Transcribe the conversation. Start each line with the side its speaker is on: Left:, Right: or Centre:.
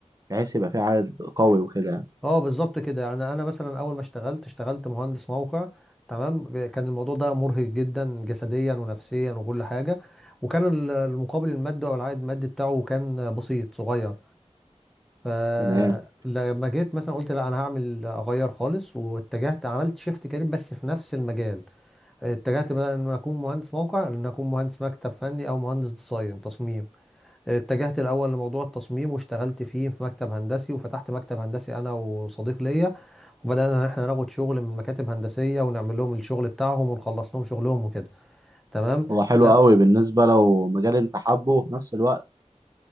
Right: بحيث يبقى في عائد قوي وكده يعني
Centre: اه بالظبط كده يعني انا مثلا اول ما اشتغلت اشتغلت مهندس موقع تمام كان الموضوع ده مرهق جدا جسديا ونفسيا وكل حاجه وكان ال- المقابل المادي او العائد المادي بتاعه كان بسيط صغير فلما
Right: تمام
Centre: جيت مثلا قلت لا انا هعمل اغير خالص واتجهت عملت شيفت كارير بس في نفس المجال اتجهت بدل ان أنا اكون مهندس موقع ان أنا اكون مهندس مكتب فني او مهندس ديزاين تصميم اتجهت الاول لموضوع التصميم واشتغلت فيه في مكتب هندسي وفتحت مكتب هندسي انا وصديق ليا وبدانا ان احنا ناخد شغل من مكاتب هندسيه ونعمل لهم الشغل بتاعهم ونخلص لهم شغلهم وكده تمام
Right: هو حلو
Centre: ده
Right: قوي بالنسبه لو مجال انت حابه وفي نفس الوقت